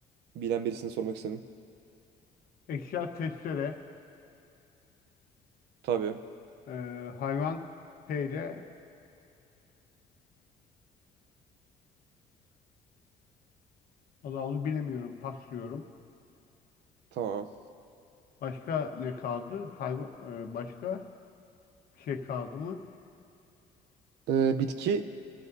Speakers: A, on the right; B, on the left.
A: bilen birisini sormak istedim.
B: Eşya testere,
A: Tabii.
B: e, hayvan şeyle valla onu bilemiyorum, paslıyorum.
A: Tamam.
B: Başka ne kaldı? Hayvan, e, başka bir şey kaldı mı?
A: Ee, bitki